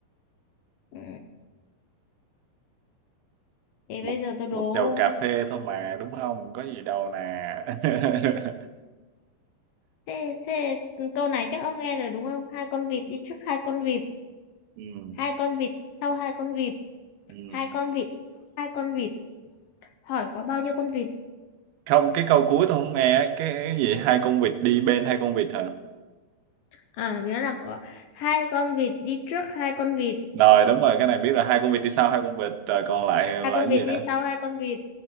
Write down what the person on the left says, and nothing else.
Ừ. Thì
bây giờ tôi đố
thế, thế câu này chắc ông nghe rồi đúng không? Hai con vịt đi trước hai con vịt,
hai con vịt sau hai con vịt,
hai con vịt, hai con vịt. Hỏi có bao nhiêu con vịt?
À, nghĩa là có hai con vịt đi trước hai con vịt,
hai con
vịt
đi sau hai con vịt,